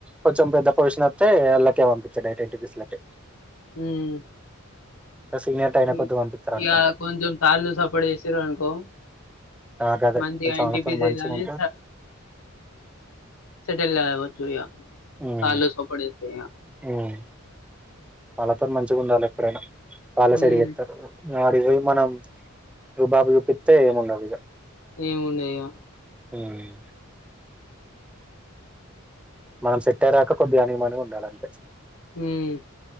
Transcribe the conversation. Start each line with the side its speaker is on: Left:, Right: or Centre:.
Centre: కొంచెం పెద్ద పొజిషన్ వస్తె వాళ్ళకే పంపి చే ఎయిట్ రూపీస్ అట్లే
Left: హ్మ్మ్
Centre: సీనియర్ అయిన
Left: ఇక
Centre: కొద్ది పంపిస్తారు అనుకుంటా
Left: కొంచెం సార్లు సపోర్ట్ చేశారు అనుకో
Centre: నాకదే
Left: మంచిగా
Centre: కొంచెం వాళ్ళతో
Left: ఇంటర్షిప్ చేసి
Centre: మంచిగా ఉంటే
Left: సెటిల్ కావచ్చు సూయ
Centre: ఉమ్
Left: సాలు సపోర్ట్ చేస్తాయా
Centre: ఉమ్, వాళ్ళతో మంచిగా ఉండాలి ఎప్పుడైనా వాళ్ళే
Left: హ్మ్.
Centre: సరిగెస్తారు ఆడికి పోయి మనం రుబాబు చూపిస్తే ఏముండదు ఇక
Left: ఏముంది ఇగ
Centre: హ్మ్మ్ మనం సెట్ అయ్యే దాకా కొద్దిగా అణిగిమనిగి ఉండాలి అంతే
Left: హ్మ్మ్